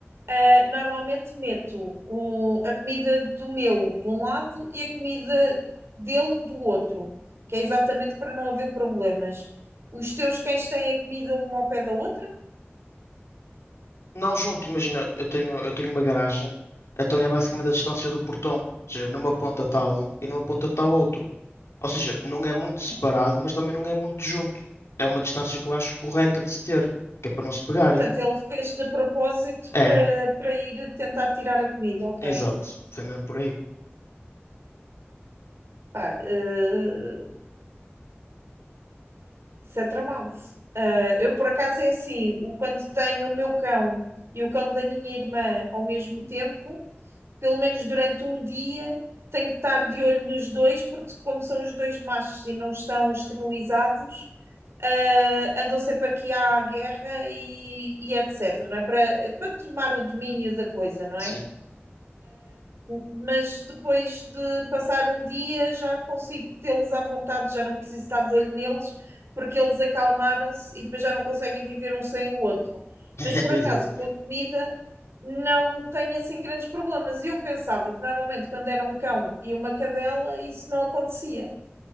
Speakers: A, on the right; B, on the left.
A: ah, normalmente meto o- a comida do meu de um lado e a comida dele do outro, que é exatamente para não haver problemas. Os teus cães têm a comida uma ao pé da outra?
B: Não junto, imagina, eu tenho, eu tenho uma garagem, então é basicamente a distância do portão. Ou seja, numa ponta está um e numa ponta está o outro. Ou seja, não é muito
A: Hum.
B: separado, mas também não é muito junto. É uma distância que eu acho correta de se ter, que é para não se pegarem.
A: Portanto, ele fez de propósito
B: É,
A: para, para ir tentar tirar a comida, ok.
B: exato. Foi mesmo por aí.
A: Pá, ah, isso é tramado. Eu, por acaso, é assim, o, quando tenho o meu cão e o cão da minha irmã ao mesmo tempo, pelo menos durante um dia, tenho que estar de olho nos dois, porque como são os dois machos e não estão esterilizados, ah, andam sempre aqui à guerra e, e etc, não é? Para, para tomar o domínio da coisa, não
B: Sim,
A: é? mas depois de passar um dia já consigo tê-los à vontade, já não preciso estar de olho neles, porque eles acalmaram-se e depois já não conseguem viver um sem o outro.
B: <laughs>
A: Mas por
B: exato.
A: acaso, com a comida, não tenho assim grandes problemas. Eu pensava que normalmente quando era um cão e uma cadela, isso não acontecia.